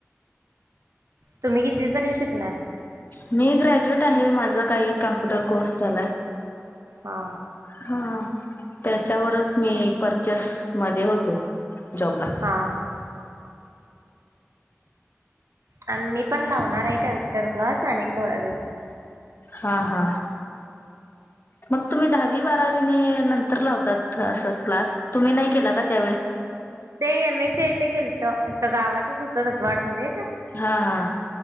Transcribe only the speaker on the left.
मी ग्रॅज्युएट आहे माझं काही कॅम्प्युटर कोर्स झालाय.
हा. त्याच्यावरच मी परचेस मध्ये होतो. जाॅबला.
हा हा. मग तुम्ही दहावी-बारावी नी, नंतर लावतात असं क्लास तुम्ही नाही केला का त्यावेेळेस
हा हा